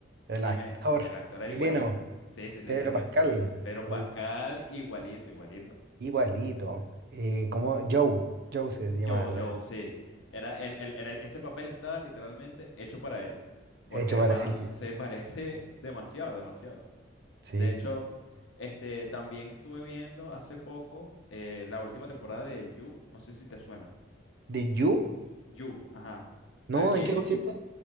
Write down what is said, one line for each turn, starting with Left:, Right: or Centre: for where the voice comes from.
Right: El
Left: Sí,
Right: actor
Left: me, el actor era
Right: chileno,
Left: igualito. Sí, sí, sí,
Right: Pedro
Left: sí, sí.
Right: Pascal.
Left: Pero
Right: Muy
Left: Pascal,
Right: bueno.
Left: igualito, igualito.
Right: Igualito. Eh, como Joe. Joe se llama
Left: Joel,
Right: la
Left: Joel,
Right: serie.
Left: sí. Era el, el- era el- ese papel está literalmente hecho para él, porque
Right: Hecho
Left: de
Right: para
Left: panas
Right: él.
Left: se parece <laughs> demasiado, demasiado.
Right: Sí.
Left: De hecho, este, también estuve viendo hace poco eh, la última temporada de You, no sé si te suena.
Right: ¿De You?
Left: You, ajá. La
Right: No,
Left: que
Right: ¿en qué consiste?